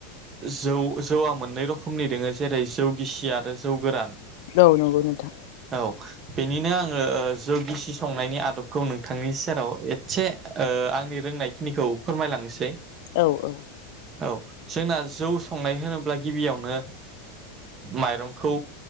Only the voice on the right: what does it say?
जौ जौआ मोननै रोखोमनि दोङो जेरै जौ गिसि आरो जौ गोरान।
औ बेनिनो आङो जौगिसि संनायनि आदबखौ नोंथांनि सेराव एसे। आंनि रोंनायखिनिखौ फोरमायलांसै।
औ जोंना जौ संनाय होनोब्ला गिबियावनो माइरंखौ।